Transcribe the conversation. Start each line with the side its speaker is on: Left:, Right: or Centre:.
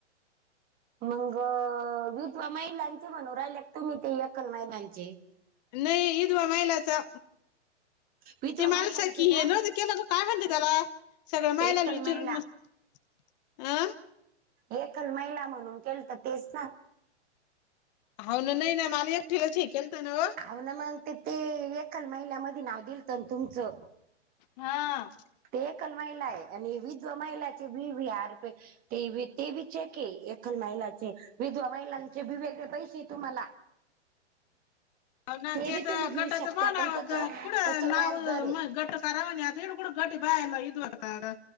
Right: मग विधवा महिलांचे म्हणून राहिल्या तुम्ही ते यखल महिलांचे
Left: नाही विधवा महिलाचा
Right: विधवा
Left: ते
Right: महिलांचे
Left: मालास की
Right: का?
Left: हे नत केलं ग काय म्हणते त्याला सगळं
Right: एकल
Left: मायलाला विचारून
Right: महिला
Left: मग <unintelligible> आं
Right: एकल महिला म्हणून केलत तेच ना
Left: हो ना नाही ना मला एक ठेवा केलत ना
Right: ह ना मग ते ते एखाल महिलामध्ये नाव दिलत ना तुमचं.
Left: हा
Right: ते एकल महिला आहे आणि विधवा महिलाची बी बहार प ते ते विचे क एकखल महिलाचे विधवा महिलांचे वेगळे पैसे तुम्हाला
Left: अ ना
Right: ते
Left: तेत
Right: बी तुम्ही घेऊ
Left: गटत
Right: शकता
Left: मा ना
Right: पण त्याच
Left: कुड
Right: त्याच व्याज
Left: नाव
Right: दर आहे.
Left: म गट खार तिकडं कूट बायांना विधवा कार्ड